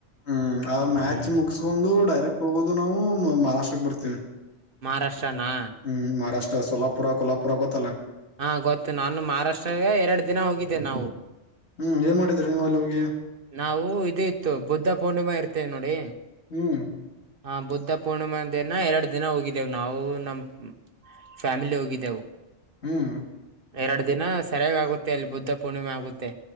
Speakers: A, on the left (about 60°); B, on the right (about 50°).
A: ಹ್ಮ್ ಆ ಮ್ಯಾಚ್
B: ಹ್ಮ್
A: ಮುಗಸ್ಕೊಂಡು ಡೈರೆಕ್ಟ್ ಹೋಗೋದು ನಾವು ಮಹಾರಾಷ್ಟ್ರಗ್ ಬರ್ತೇವಿ
B: ಮಹಾರಾಷ್ಟ್ರನಾ
A: ಹ್ಮ್ ಮಹಾರಾಷ್ಟ್ರ ಸೋಲಾಪು ಕೋಲಪುರಗದ
B: ಹಾ ಗೊತ್ತು ನಾನು ಮಹಾರಾಷ್ಟ್ರ ಎರಡ್ ದಿನ ಹೋಗಿದ್ದೆನೆ ನಾವು
A: ಹ್ಮ್ ಏನ್ ಮಾಡಿದ್ರಿ ನೀವು ಅಲ್ಲಿ ಹೋಗಿ
B: ನಾವು ಇದ ಇತ್ತು ಬುದ್ಧ ಪೂರ್ಣಿಮಾ ಇರ್ತೇವಿ ನೋಡಿ
A: ಹ್ಮ್
B: ಹಾ ಬುದ್ಧ ಪೂರ್ಣಿಮಾ ಅಂದೇನ ಎರಡು ದಿನ ಹೋಗಿದ್ದೇವು ನಾವು ನಮ್ ಫ್ಯಾಮಿಲಿ ಹೋಗಿದ್ದೆವು
A: ಹ್ಮ್
B: ಎರಡು ದಿನ ಸರಿಯಾಗ ಆಗುತ್ತೆ ಅಲ್ಲಿ ಬುದ್ಧ ಪೂರ್ಣಿಮೆ ಆಗುತ್ತೆ